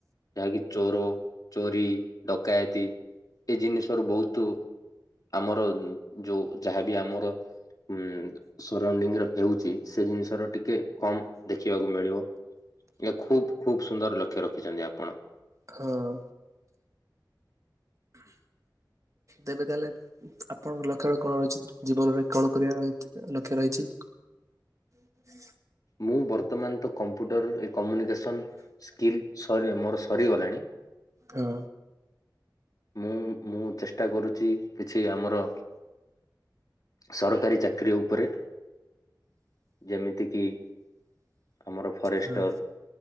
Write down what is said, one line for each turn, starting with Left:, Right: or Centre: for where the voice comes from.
Left: ଯାହାକି ଚୋର ଚୋରି ଡକାୟତି ଏଇ ଜିନିଷରୁ ବହୁତ ଆମର ଯୋଉ ଯାହାବି ଆମର ଉଁ ସରାଉଡିଙ୍ଗରେ ହେଉଚି ସେ ଜିନିଷର ଟିକେ କମ ଦେଖିବାକୁ ମିଳିବ। ଏ ଖୁବ୍ ଖୁବ୍ ସୁନ୍ଦର ଲକ୍ଷ୍ୟ ରଖିଚନ୍ତି ଆପଣ।
Right: ହଁ। ଦେବେ ତାହେଲେ ଆପଣଙ୍କ ଲକ୍ଷ୍ୟ କଣ ରହିଚି? ଜୀବନରେ କଣ କରିବା ଲକ୍ଷ୍ୟ ରହିଚି। ହୁଁ
Left: ମୁଁ ବର୍ତ୍ତମାନ ତ କମ୍ପ୍ୟୁଟରରେ ଏ କମ୍ୟୁନିକେସନ୍ ସ୍କିଲ୍ ସରି ମୋର ସରିଗଲାଣି।
Right: ହଁ।
Left: ମୁଁ ମୁଁ ଚେଷ୍ଟା କରୁଚି କିଛି ଆମର ସରକାରୀ ଚାକିରି ଉପରେ ଯେମିତି କିି ଆମର ଫରେଷ୍ଟର
Right: ହଁ